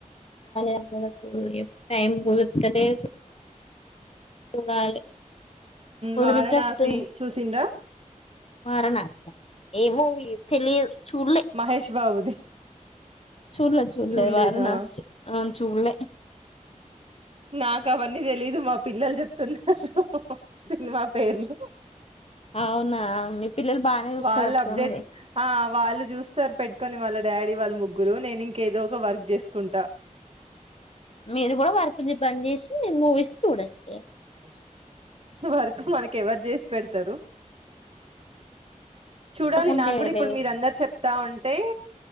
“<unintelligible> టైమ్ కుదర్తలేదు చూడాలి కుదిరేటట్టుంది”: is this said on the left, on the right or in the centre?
Left